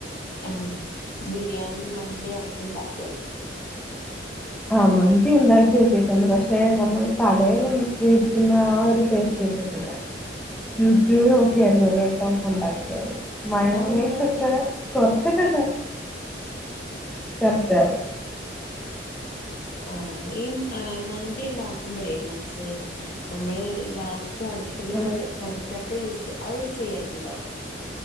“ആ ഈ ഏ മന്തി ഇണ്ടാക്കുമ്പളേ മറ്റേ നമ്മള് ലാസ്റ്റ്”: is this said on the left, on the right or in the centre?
Left